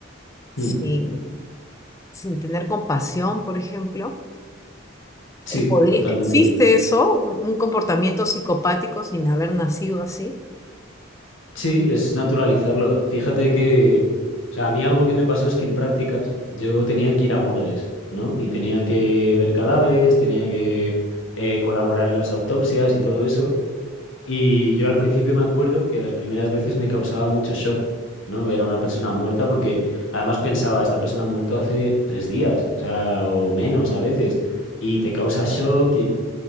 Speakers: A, on the left (about 15°); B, on the left (about 75°).
A: sin,
B: Mm,
A: sin tener compasión, por ejemplo.
B: sí,
A: Eh, podría-
B: totalmente.
A: ¿existe eso, un un comportamiento psicopático sin haber nacido así?
B: Sí, es naturalizarlo. Fíjate que, o sea, a mí algo que me pasó es que en prácticas yo tenía que ir a morgues, ¿no? Y tenía que ver cadáveres, tenía que eh, colaborar en las autopsias y todo eso. Y yo al principio me acuerdo que las primeras veces me causaba mucho shock, ¿no? Ver a una persona muerta, porque además pensaba, esta persona ha muerto hace tres días, o sea, o menos a veces, y te causa shock